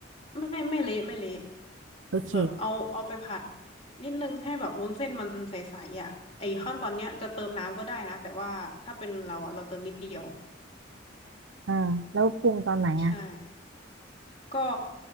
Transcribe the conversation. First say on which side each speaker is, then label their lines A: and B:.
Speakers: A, on the left; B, on the right.
A: ไม่ไม่เละไม่เละ
B: โอเค
A: แบบเอาเอาไปผัดนิดนึงให้แบบวุ้นเส้นมันใสๆอ่ะไอ้ขั้นตอนเนี้ยจะเติมน้ำก็ได้นะแต่ว่าถ้าเป็นเราอ่ะเราเติมนิดเดียว
B: อ่าแล้วปรุงตอนไหนอ่ะ
A: ใช่ ก็